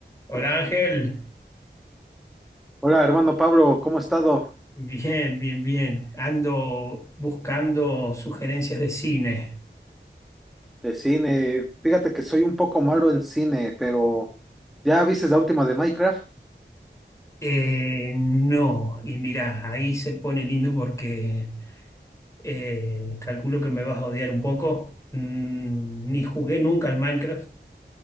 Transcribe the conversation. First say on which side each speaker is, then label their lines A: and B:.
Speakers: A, on the left; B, in the centre.
A: Hola Ángel,
B: Hola, hermano Pablo, ¿cómo ha estado
A: bien, bien, bien. Ando buscando sugerencias de cine.
B: de cine? Fíjate que soy un poco malo en cine, pero ¿ya viste la última de Minecraft?
A: Eh, no, y mirá, ahí se pone lindo porque eh, calculo que me vas a odiar un poco. Mm, ni jugué nunca al Minecraft.